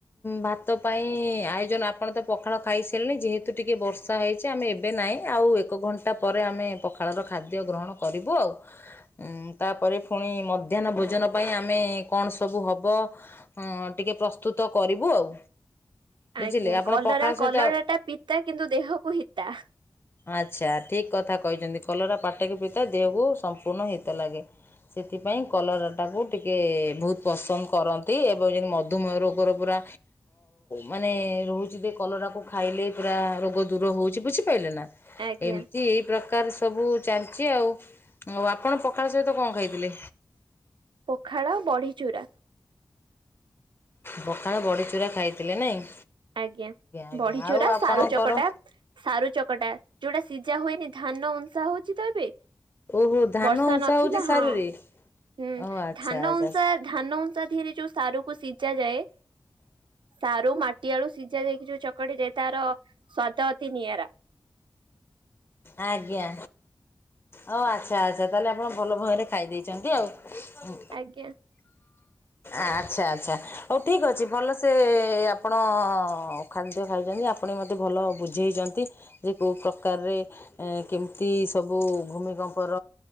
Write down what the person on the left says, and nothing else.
ଭାତ ପାଇଁ ଆୟୋଜନ ଆପଣ ତ ପଖାଳ ଖାଇସାରିଲେ ଯେହେତୁ ଟିକେ ବର୍ଷ ବର୍ଷା ହେଇଛି ଆମେ ଏବେ ନାହିଁ ଆଉ ଏକ ଘଣ୍ଟା ପରେ ଆମେ ପଖାଳର ଖାଦ୍ୟ ଗ୍ରହଣ କରିବୁ ଆଉ। ଉଁ ତାପରେ ପୁଣି ମଧ୍ୟାହ୍ନ ଭୋଜନ ପାଇଁ ଆମେ କଣ ସବୁ ହବ ଟେ ଟିକେ ପ୍ରସ୍ତୁତ କରିବୁ ଆଉ।
ବୁଝିଲେ ଆପଣ
ପଖାଳ
ସହିତ
ଆଚ୍ଛା ଠିକ୍ କଥା କହିଛନ୍ତି କଲରା ପାଟକି ପିିତା ଦେହକୁ ସମ୍ପୂର୍ଣ୍ଣ ହିତ ଲାଗେ। ସେଥିପାଇଁ କଲରାଟାକୁ ଟିକେ ବହୁତ ପସନ୍ଦ କରନ୍ତି ଏବଂ ଯେ ମଧୁମେହ ରୋଗର ପୁରା ମାନେ ରହୁଛି ଯେ କଲରାକୁ ଖାଇଲେ ପୁରା ରୋ ଦୂର ହଉଛି ବୁଝିପାରିଲେ ନା
ଏମିତି ଏଇ ପ୍ର କାର ସବୁ ଚାଲିଛି ଆଉ ଆଉ ଆପଣ ପଖାଳ ସହିତ କଣ ଖାଇଥିଲେ?
ବଖାଳ ବଡି ଚୁରା ଖାଇଥିଲେ ନାଇଁ?
ଆଜ୍ଞା
ଆଉ ଆପଣଙ୍କର
ଓହୋ ଧାନ
ଉଷା
ହେଉଛି ସାରୁରେ
ଓ ଆଚ୍ଛା
ଆଚ୍ଛା
ଆଜ୍ଞା ଓ ଆଚ୍ଛା ଆଚ୍ଛା ତାହେଲେ ଆପଣ ଭଲ ଭୟରେ ଖାଇ ଦେଇଚନ୍ତି ଆଉ। ହୁଁ।
ଆଚ୍ଛା ଆଚ୍ଛା ହଉ ଠିକ୍ ଅଛି ଭଲ ସେ ଆପଣ ଖାଦ୍ୟ ଖାଇଚନ୍ତି। ଯେ ଆପଣ ବି ମୋତେ ଭଲ ବୁଝେଇଚନ୍ତି ଯେ କୋଉ ପ୍ରକାରରେ ଏଁ କେମତି ସବୁ ଭୂମିକମ୍ପର